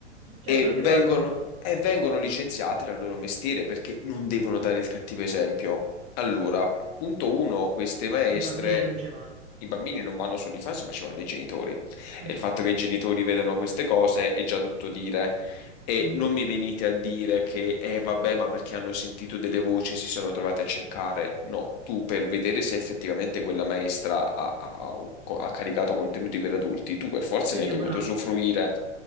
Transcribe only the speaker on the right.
certo
non
ti pagano, ma
i bambini non ci vanno.
Esatto,
Mhm.
Devi
abbonarti,